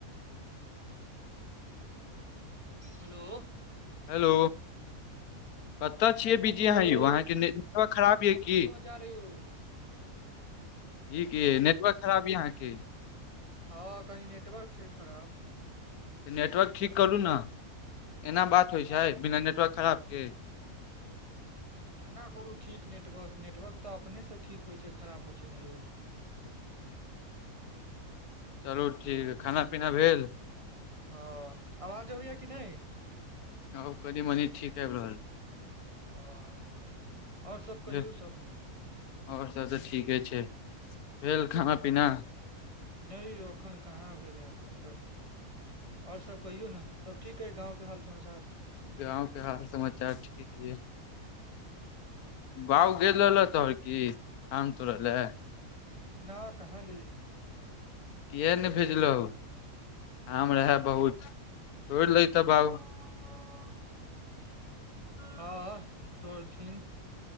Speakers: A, on the right; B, on the left.
A: हेलो
B: हेलो कतय छियै बिजी अहाँ
A: हेलो
B: यौ अहाँके नेटवर्क खराब यए की
A: <unintelligible>
B: ई के नेटवर्क खराब यै यहाँ के
A: हँ कनि नेटवर्क छै खराब
B: तऽ नेटवर्क ठीक करू ने एना बात
A: नेटवर्क
B: होइ छै
A: केना
B: बिना नेटवर्क खराबके
A: केना करू ठीक नेटवर्क नेटवर्क तऽ अपनेसँ ठीक होइ छै खराब होइत छै नऽ यौ
B: चलू ठीक है खाना पीना भेल
A: हऽ आवाज अबैय कि नहि
B: आब कनि मनि ठीक आबि रहल
A: हँ आओर सब कहियऔ
B: भेल
A: सब
B: आओर सब तऽ ठीके छै भेल खाना पीना
A: नहि यो एखन कहाँ भेलै एखन तऽ ओर सब कहियौ नऽ सब ठीक हय गाँंव के हाल समाचार
B: गाँवके हाल समाचार ठीक ये
A: <unintelligible>
B: बउ गेल रहल तोहर की आम तोड़ऽ लए
A: नऽ कहाँ गेलै
B: किएक नहि भेजलहू आम रहै बहुत तोड़ि लतऽ बाब
A: <unintelligible> हँ तोरथिन